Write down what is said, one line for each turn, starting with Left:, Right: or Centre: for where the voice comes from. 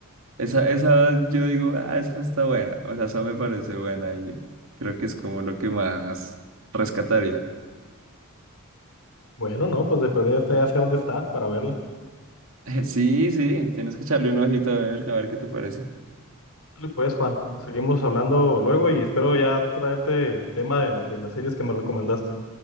Right: Esa, esa yo digo, ah, esa está buena, o sea, esa me parece buena y creo que es como lo que más rescataría. <laughs>
Left: Bueno, no, pues de perdida esta ya sé dónde está para verla.
Right: Sí, sí, tienes que echarle un ojito a ver, a ver qué te parece.
Left: Dale, Pues Juan, seguimos hablando luego y espero ya traerte tema del- de, las series que me recomendaste.